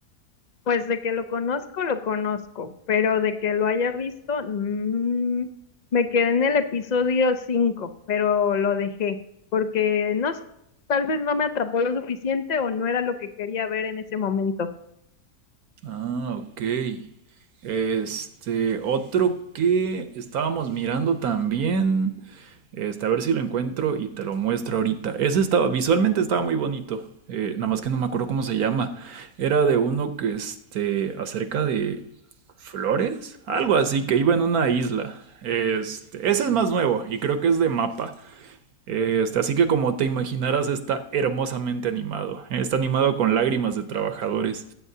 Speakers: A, on the left (about 55°); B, on the right (about 70°).
A: Pues de que lo conozco, lo conozco, pero de que lo haya visto, mm, me quedé en el episodio 5, pero lo dejé, porque no sé, tal vez no me atrapó lo suficiente o no era lo que quería ver en ese momento.
B: Ah, ok. Este, otro que estábamos mirando también. Este, a ver si lo encuentro y te lo muestro ahorita. Ese estaba, visualmente estaba muy bonito. eh, nada más que no me acuerdo cómo se llama. Era de uno que, este, acerca de flores, algo así, que iba en una isla. Este, ese es más nuevo y creo que es de mapa. Este, así que como te imaginarás, está hermosamente animado. Está animado con lágrimas de trabajadores.